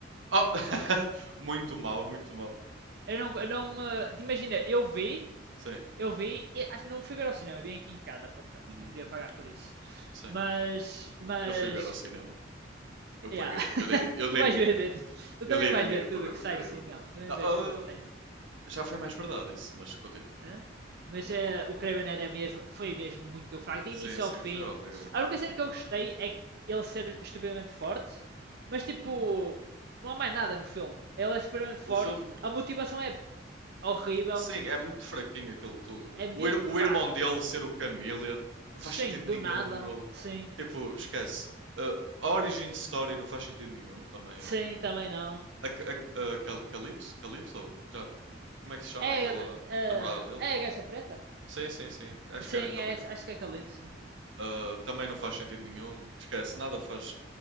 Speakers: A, on the right (about 80°); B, on the right (about 60°).
A: Oh, <laughs> muito mal, muito mal.
B: Eu não. eu não eh, imagina, eu vi,
A: Sim,
B: eu vi, acho que não fui ver ao cinema, vim aqui em casa para pronto,
A: uhum,
B: não queria pagar por isso.
A: sim.
B: Mas. Mas.
A: Eu fui ver ao cinema. Eu
B: Yeah.
A: paguei.
B: <laughs>
A: Eu dei, eu
B: tu
A: dei
B: vais ver,
A: dinheiro.
B: ver- tu também
A: Eu dei
B: vais
A: dinheiro
B: ver tudo
A: para ver
B: o que
A: o
B: sai
A: Craven.
B: do cinema, também
A: Não,
B: vês
A: ah,
B: tudo o que sai do
A: já foi mais verdade isso, mas continua.
B: cinema. né? Mas eh, o Craven era mesmo, foi mesmo muito fraco, de
A: Sim,
B: início
A: sim,
B: ao fim.
A: foi horrível, foi
B: A única
A: horrível.
B: cena que eu gostei é ele ser estupidamente forte, mas tipo,
A: Hum.
B: não há mais nada no filme. Ele é estupidamente forte,
A: O filme,
B: a motivação é horrível,
A: sim, é muito fraquinho aquilo tudo.
B: eh, é mesmo
A: O, ir- o
B: fraco.
A: irmão dele ser o Chameleon não faz
B: Sim,
A: sentido
B: do
A: nenhum,
B: nada,
A: bro.
B: sim,
A: Tipo, esquece. Ah, a origin story não faz sentido nenhum também.
B: sim, também não.
A: A, a, a Cal- Calypso? Calypso? Já, como é que se chama
B: É,
A: aquela
B: eh,
A: namorada dele?
B: é a gacha preta?
A: Sim, sim, sim. Acho
B: Sim,
A: que era Calypso.
B: é, acho que é Calypso, sim.
A: Ah, também não faz sentido nenhum. Esquece, nada faz.